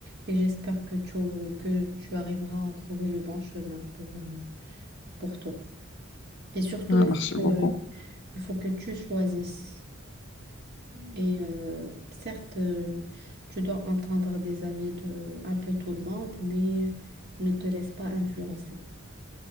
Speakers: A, on the right; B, on the left.
A: et j'espère que tu, que tu arriveras à trouver le bon chemin pour, euh, pour toi. Et surtout,
B: Ah,
A: il
B: merci
A: faut
B: beaucoup.
A: que, il faut que tu choisisses. Et euh, certes, euh, tu dois entendre des avis de un peu tout le monde, mais ne te laisse pas influencer.